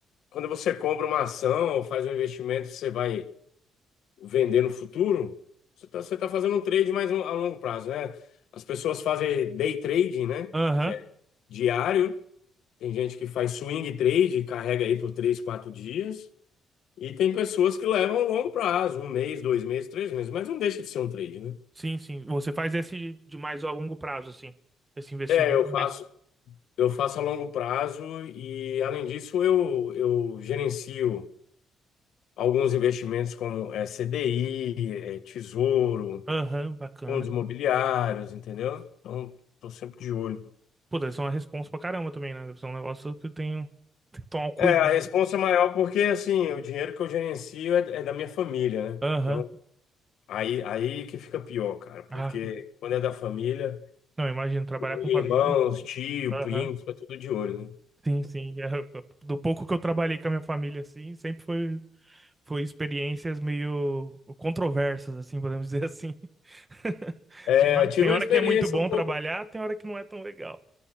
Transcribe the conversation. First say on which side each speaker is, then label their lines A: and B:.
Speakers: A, on the left (about 70°); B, on the right (about 15°).
A: quando você compra uma ação ou faz um investimento, você vai vender no futuro, você tá, você tá fazendo um trade mais um- a longo prazo, né? As pessoas fazem day trading, né?
B: Aham.
A: Que é diário. Tem gente que faz swing trade, carrega aí por três, quatro dias. E tem pessoas que levam a longo prazo, um mês, dois meses, três meses, mas não deixa de ser um trade, né?
B: Sim, sim. Você faz esse de mais a longo prazo, assim. Esse investimento.
A: É, eu faço,
B: mais-
A: eu faço a longo prazo e, além disso, eu, eu gerencio alguns investimentos como é, CDI, é, tesouro,
B: Aham, bacana.
A: fundos imobiliários, entendeu? Então, estou sempre de olho.
B: Pô, deve ser uma responsa pra caramba também, né? Deve ser um negócio que eu tenho, tem que tomar um cuidado.
A: É, a responsa é maior porque, assim, o dinheiro que eu gerencio é, é da minha família, né?
B: Aham.
A: Então, aí, aí que fica pior, cara, porque
B: Ah,
A: quando é da família.
B: não, imagino trabalhar com
A: Irmãos,
B: família.
A: tio,
B: Aham.
A: primos, foi tudo de olho, né?
B: Sim, sim. É, do pouco que eu trabalhei com a minha família, assim, sempre foi, foi experiências meio controversas, assim, podemos dizer assim. <laughs>
A: É,
B: Tem hora,
A: eu tive
B: tem
A: uma
B: hora
A: experiência
B: que é muito bom
A: um pouco,
B: trabalhar, tem hora que não é tão legal.